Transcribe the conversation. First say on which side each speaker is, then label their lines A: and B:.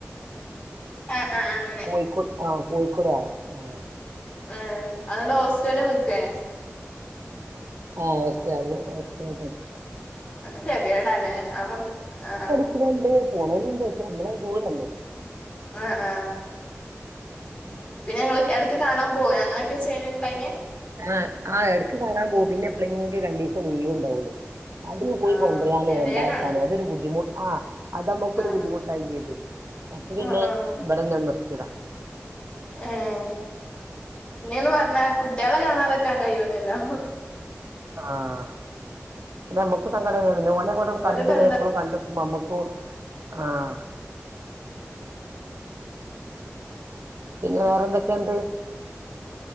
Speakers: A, on the left; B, on the right.
A: ആ ആ അങ്ങൻ
B: കോഴിക്കോട് ആ കോഴിക്കോട് <unintelligible>
A: ഏ അത് ന്നട്ട് ഹോസ്റ്റൽല് നിക്കെ
B: ആ ഹോസ്റ്റൽല് <unintelligible>
A: അതൊക്കെ കെതിയെടാ ലെ അമ്മക് ആ
B: ഉണ്ട് പോണോല്ണ്ട് പ്പ നമ്മള് ദൂരല്ലെ
A: ആ ആ
B: ആ
A: പിന്നെ ഞങ്ങള് എടക്ക് കാണാൻ പോയ അങ്ങനെയൊക്കെ ചെയ്യലുണ്ട അയിന്
B: ആഹ് ആഹ് ഇടക്ക് കാണാൻ പോ പിന്നെ എപ്പളെങ്കിലും രണ്ടു ദിവസം ലീവ് ഉണ്ടാവുള്ളു അതിന് പോയി
A: ആഹ്
B: കൊണ്ടരാനും
A: ഗതികേടാണ്
B: കൊണ്ടാക്കനും അതൊരു ബുദ്ധിമുട്ട ആ അത് നമുക്കൊരു
A: ആഹ്
B: ബുദ്ധിമുട്ട് ക്കിയത് അപ്പ പിന്നെ
A: ആഹ് ആഹ്
B: ഇവിടെന്താ നിർത്തിതാ
A: ഏഹ് പിന്നെന്ന് പറഞ്ഞ കുട്ടിയാളെ കാണാതക്കാൻ കഴിയുല്ലല്ലോ
B: ആഹ് നമ്മുക്ക് സങ്കടല്ലല്ലോ പിന്നെ ഓനെ കൂടെ കണ്ട്
A: ഓലിപ്പോ എന്താ
B: എപ്പോഴും കണ്ട് നമ്മുക്ക് ആഹ് പിന്നെ വേറെന്തക്കേണ്ട്.